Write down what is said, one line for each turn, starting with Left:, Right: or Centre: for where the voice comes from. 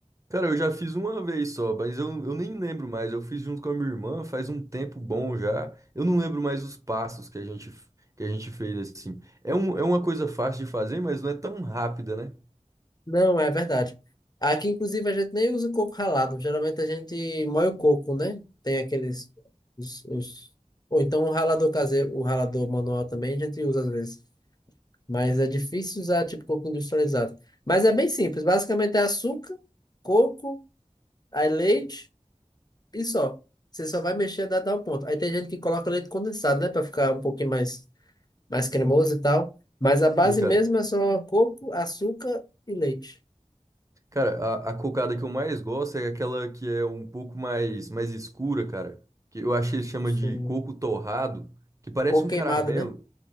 Right: Cara, eu já fiz uma vez só, mas eu, eu nem lembro mais. Eu fiz junto com a minha irmã faz um tempo bom já. Eu não lembro mais os passos que a gente, que a gente fez assim. É, um, é uma coisa fácil de fazer, mas não é tão rápida, né?
Left: Não, é verdade. Aqui, inclusive, a gente nem usa o coco ralado. Geralmente a gente moe o coco, né? Tem aqueles. Os, os... Ou então o ralador caseiro, o ralador manual também a gente usa às vezes. Mas é difícil usar tipo coco industrializado. Mas é bem simples. Basicamente é açúcar, coco, aí leite e só. Você só vai mexer até dar o ponto. Aí tem gente que coloca leite condensado, né? Pra ficar um pouquinho mais, mais cremoso e tal. Mas a base
Right: Sim, cara.
Left: mesmo é só coco, açúcar e leite.
Right: Cara, a, a cocada que eu mais gosto é aquela que é um pouco mais, mais escura, cara. Que eu achei que chama
Left: Não sei.
Right: de coco torrado, que parece
Left: Coco
Right: um
Left: queimado,
Right: caramelo.
Left: né?